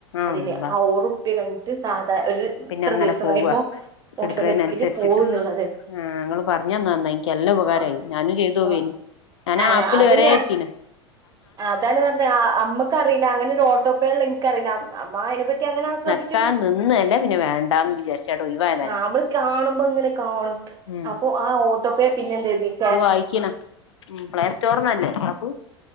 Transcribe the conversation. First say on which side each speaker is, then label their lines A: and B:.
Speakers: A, on the left; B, on the right.
A: അള്ളാ
B: അതിന് ആ ഓറുപ്പ്യ കഴി ഞ് സാധാര ഒരു
A: പിന്നെ
B: ഇത്ര
A: അങ്ങനെ
B: ദിവസം
A: പോവ
B: കഴിയുമ്പോ ഓട്ടോമാറ്റിക്കലി
A: എടുക്കണേനനുസരിച്ചിട്ട്
B: പോകും എന്നുള്ളത്.
A: ആഹ് ഇങ്ങള് പറഞ്ഞ നന്നായി ഇൻക്ക് നല്ലാ ഉപകാരമായി
B: ആഹ്
A: ഞാനും ചെയ്തു പോവേ.
B: ആഹ്
A: ഞാൻ
B: ആഹ്
A: ആപ്പില്
B: അതന്നെ
A: വരെ എത്തീണ്
B: അതാണ് പറഞ്ഞത് അമ്മക്കറീല. അങ്ങനെ ഒരു ഓട്ടോ പേ ഇള്ളത് ഇൻക്ക് അറിയില്ല. അമ്മ അതിനെ പറ്റി അങ്ങനെ ആ ശ്രേദ്ധിക്ക
A: ക്കാ നിന്നതന്നെ പിന്നെ വേണ്ടാന്ന് വിചാരിച്ച് അട് ഒഴിവായതാ
B: ആഹ്
A: ഞാന്.
B: നമ്മള് കാണുമ്പോ ഇങ്ങനെ കാണും
A: ഉം
B: അപ്പൊ ആ ഓട്ടോ പേ പിന്നെ എന്ത് ചെയ്ത്.
A: ഇത് വായിക്കിണ ഉം പ്ലേ സ്റ്റോർന്നല്ലേ ആപ്പ്.